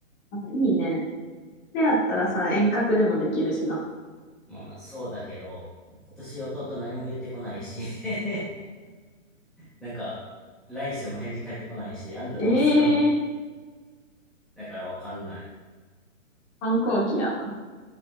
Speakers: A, on the left; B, in the centre.
A: あ、いいね。でやったらさ、
B: ね、
A: 遠隔でもできるしな。
B: まあまあ、そうだけど、今年弟何も言ってこないし、<laughs> なんか、LINE しても返事返ってこないし、あんたどうするん
A: ええ
B: だからわかんない。
A: 反抗期やな。